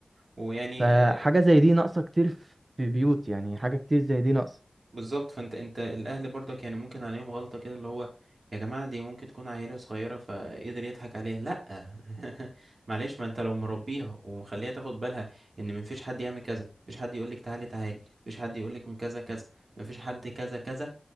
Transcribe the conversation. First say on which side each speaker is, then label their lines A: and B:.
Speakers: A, on the right (about 65°); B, on the right (about 40°).
A: ويعني
B: فحاجة
A: آه،
B: زي دي ناقصة كتير في بيوت يعني حاجة كتير زي دي ناقصة
A: بالظبط فانت انت الاهل برضك يعني ممكن عليهم غلطة كده اللي هو يا جماعة دي ممكن تكون عيلة صغيرة فقدر يضحك عليها لا <laughs> معلش ما انت لو مربيها ومخليها تاخد بالها ان مفيش حد يعمل كذا مفيش حد يقولك تعالي تعالي مفيش حد يقولك من كذا كذا مفيش حد كذا كذا